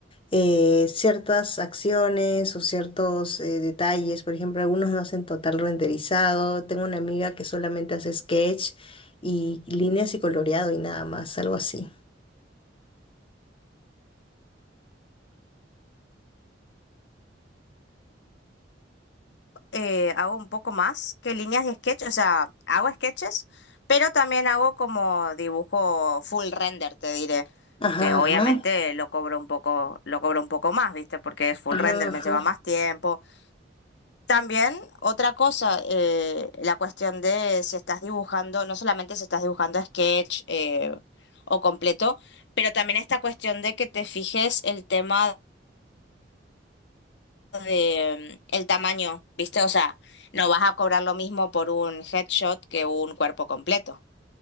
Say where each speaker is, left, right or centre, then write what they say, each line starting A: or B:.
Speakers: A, on the left; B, on the left.
A: eh, ciertas acciones o ciertos eh, detalles. Por ejemplo, algunos no hacen total renderizado. Tengo una amiga que solamente hace sketch y líneas y coloreado y nada más, algo así.
B: Eh, hago un poco más que líneas de sketch, o sea, hago sketches, pero también hago como dibujo full render, te diré,
A: Ajá,
B: que obviamente
A: ajá,
B: lo cobro un poco, lo cobro un poco más, ¿viste? Porque es full
A: ajá,
B: render,
A: ajá.
B: me lleva más tiempo. También otra cosa, eh, la cuestión de si estás dibujando, no solamente si estás dibujando sketch eh, o completo, pero también esta cuestión de que te fijes el tema de mm, el tamaño, ¿viste? O sea, no vas a cobrar lo mismo por un headshot que un cuerpo completo.